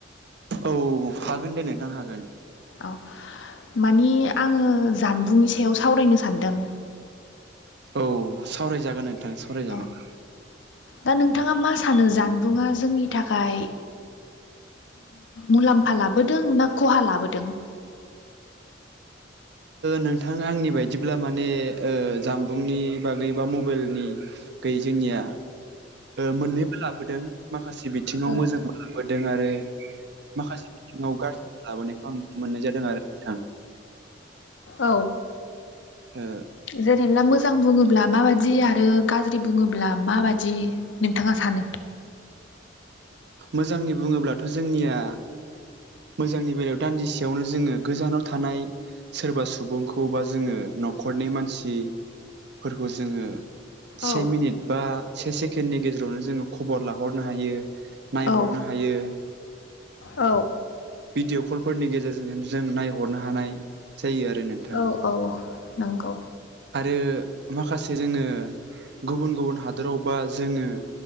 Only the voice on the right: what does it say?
औ हागोन दे नोंथां हागोन
औ सावरायजागोन नोंथां सावरायजागोन
नोंथां आंनि बायदिब्ला माने जामबुंनि बागै बा मबाइलनि बागै जोंनिया मोननैबो लाबोदों माखासे बिथिङाव
मोजां मोनबोदों आरो माखासे बिथिाव गाज्रि लाबोनायखौ आं मोननाय जादों आरो नोंथां
ओ
मोजांनि बुङोब्लाथ' जोंनिया मोजांनि बेलायाव दान्दिसेयावनो जोङो गोजानाव थानाय सोरबा सुबुंखौ बा जोङो न'खरनि मानसिफोरखौ जोङो से
मिनिट बा से सेकेणडनि गेजेरावनो जोङो खबर लाहरनो हायो नायहरनो
हायो
भिडिअ' कलफोरनि गेजेरजों जों नायहरनो हानाय जायो आरो नोंथां
आरो माखासे जोङो गुबुन गुबुन हादोराव बा जोङो